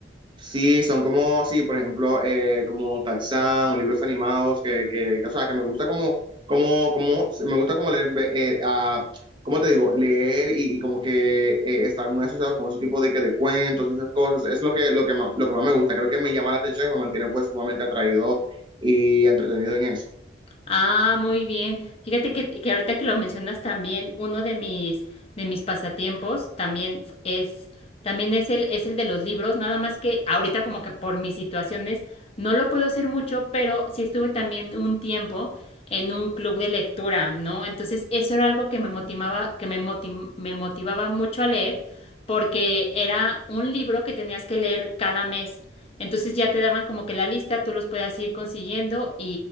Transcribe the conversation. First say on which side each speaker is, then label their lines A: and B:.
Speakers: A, on the right; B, on the left.
A: Sí, son como, sí, por ejemplo, eh, como Tarzán o libros animados que, que, que, o sea, que me gusta como, como, como, me gusta como leer, ve- eh, ah, ¿cómo te digo? Leer y, y como que eh, estar muy asociado con ese tipo de, que de cuentos y esas cosas. Es lo que, lo que más, lo que más me gusta. Creo que me llama la atención y me mantiene pues sumamente atraído y entretenido en eso.
B: Ah, muy bien. Fíjate que, que ahorita que lo mencionas también, uno de mis, de mis pasatiempos también f- es, también es el, es el de los libros, nada más que ahorita como que por mis situaciones no lo puedo hacer mucho, pero sí estuve también un tiempo en un club de lectura, ¿no? Entonces eso era algo que me motivaba, que me motim- me motivaba mucho a leer, porque era un libro que tenías que leer cada mes. Entonces ya te daban como que la lista, tú los podías ir consiguiendo